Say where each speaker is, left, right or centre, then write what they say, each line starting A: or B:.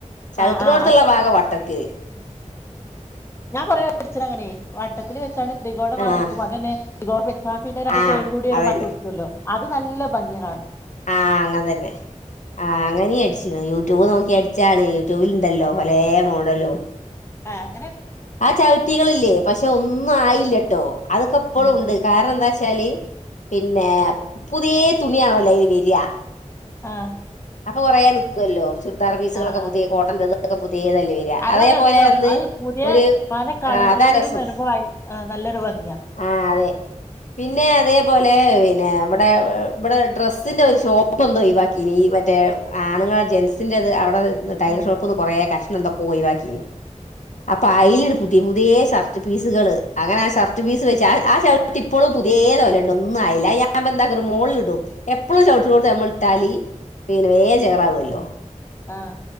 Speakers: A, on the left; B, on the left.
A: ചകട്ടിനോടുത്തുള്ള
B: ആഹ് ആഹ്
A: ഭാഗം വട്ടത്ത് അ
B: ഞാൻ കൊറെ പടിച്ചന അങ്ങനെ വാട്ടത്തില് വെച്ചാണ്ട് ത്രികോണ
A: ആഹ്
B: ആതെക്കും അത്തന്നെ ത്രികോടെ വെക്കാൻ പിന്നെ രണ്ട്
A: ആഹ്
B: സൈഡ് കൂടി ഒരു
A: അതന്നെ
B: മട്ട കൊടുക്കല്ലോ അത് നല്ല ഭംഗി കാണ
A: ആഹ അങ്ങനെ തന്നെ ആഹ അങ്ങനെയടിച്ച യൂട്യൂബ് നോക്കി അടിച്ചാണ് യൂട്യൂബിൽ ഇണ്ടല്ലോ പലേ മോഡലും
B: ആഹ
A: ആ ചവിറ്റികളല്ലേ പക്ഷെ ഒന്നും ആയില്ലട്ടോ അതൊക്കെ എപ്പോഴും
B: ആഹ്
A: ഉണ്ട് കാരണം എന്താ വച്ചാല് പിന്നെ പുതിയേ തുണിയാണല്ല ഇത് വരിയാ
B: ആഹ
A: അപ്പൊ കൊറയാ നിൽക്കുവല്ലോ ചുരിദാർ പീസുകളൊക്കെ
B: ആഹ് ആഹ്
A: പുതിയ കോട്ടന്റെ ഇതൊക്കെ പുതിയതല്ലേ വരിക
B: അതാ
A: അതേപോലെ
B: രസം
A: അന്ന്
B: അത് പുതിയ
A: ഒരു
B: പല കളറിലുകളും
A: അതാ രസം
B: വരുമ്പോ ഭയ ആ, നല്ലൊരു ഭംഗിയാ
A: ആഹ അതെ പിന്നെ അതേപോലെ പിന്നെ ഇവിടെ ഇവിടെ ഡ്രസ്സിന്റെ ഒരു ഷോപ്പ് എന്തോ ഈ ബാക്കിറ്റ മറ്റേ ആണുങ്ങൾ ജെൻസിൻന്റെറത് അവിടെ ടൈർ
B: ആഹ്
A: ഷോപ്പ്ന്ന് കുറേ കഷ്ടം ന്ത ക ക അപ്പൊ അയിലട്
B: ആഹ്
A: പുതിയ പുതിയേ ഷർട്ട് പീസുകള് അങ്ങനെ ആ ഷർട്ട് പീസ് വെച്ച് ആ ആ ചവിട്ട് ഇപ്പപ്പോഴും പുതിയ തോലുണ്ട് ഒന്നും ആയില്ല ഞാൻ എന്താക്ക മോുകളിൽ ഇടും എപ്പോഴും ചവിട്ടിോട്ട തമ്മിട്ടാല് പിന്നെ വേ ചേറാവല്ലോ
B: ആഹ